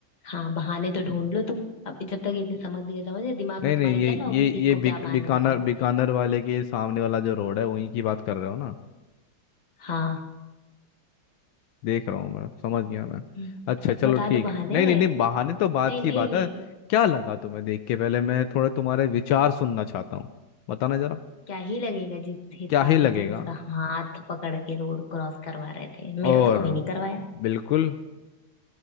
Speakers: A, on the left (about 25°); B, on the left (about 75°).
A: हाँ बहाने तो ढूंढ लो तुम अब जब तक इसे समझ गए समझे दिमाग
B: नहीं
A: में तुम्हारे
B: नहीं ये
A: चल रहा होगा
B: ये
A: कि
B: ये
A: इसको
B: बिक,
A: क्या बहाने
B: बीकानेर
A: बताऊं
B: बीकानेर वाले के सामने वाला जो रोड है वहीं की बात कर रहे हो ना
A: हाँ
B: देख रहा हूँ मैं समझ गया मैं
A: हम्म,
B: अच्छा चलो
A: बता
B: ठीक
A: दो
B: है
A: बहाने
B: नहीं नहीं नहीं बहाने तो बात
A: नहीं
B: की
A: नहीं
B: बात
A: नहीं
B: है क्या लगा तुम्हें देख के पहले मैं थोड़ा तुम्हारे विचार सुनना चाहता हूँ बताना जरा
A: क्या ही लगेगा जिस हिसाब
B: क्या ही लगेगा
A: से तुम उसका हाथ पकड़ के रोड क्रॉस करवा रहे थे मेरा
B: और
A: तो कभी नहीं करवाया
B: बिल्कुल